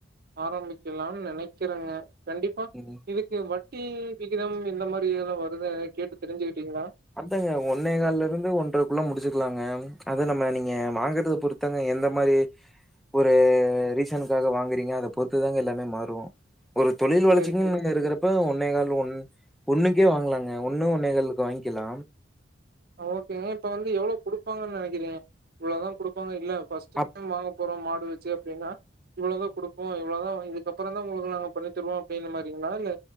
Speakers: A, on the right (about 50°); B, in the centre.
A: ஆரம்பிக்கலாம்னு நெனைக்கிறேங்க கண்டிப்பா
B: ம்
A: இதுக்கு வட்டி விகிதம் இந்த மாறி எல்லா வருத ‌எதனா கேட்டு தெரிஞ்சுக்கிட்டீங்களா
B: அத்தாங்க ஒன்னே கால்ல இருந்து ஒன்றைக்குள்ள முடிச்சுக்குலாங்க அத நம்ம நீங்க வாங்கறத பொறுத் த்தாங்க எந்த மாறி ஒரு ரீசனுக்காக வாங்குறீங்க அத பொறுத்து தாங்க எல்லாமே மாறூ ஒரு தொழில்
A: சரி,
B: வளர்ச்சிக்கு
A: சரிங்க.
B: இன்னக்கி இருக்கிறத் இப்ப ஒன்னே கால் ஒன் ஒன்னுக்கே வாங்கலாங்க ஒண்ணு ஒன்னே காலுக்கு வாங்கிக்கலா
A: ஆ ஓகேங்க இப்ப வந்து எவ்ளோ குடுப்பாங்கன்னு நெனைக்கிறீங்க இவ்ளதா கொடுப்பாங்க இல்ல பஸ்ட்
B: அப்
A: டைம் வாங்க போறோ மாடு வித் ச்சு அப்டின்னா இவ்ளோ தா குடுப்போ இ்வளதா இதுக்கப்பறோ தா உங்களுக்கு நாங்க பண்ணி தருவோ அப்டின்னு மாறிங்களா இல்ல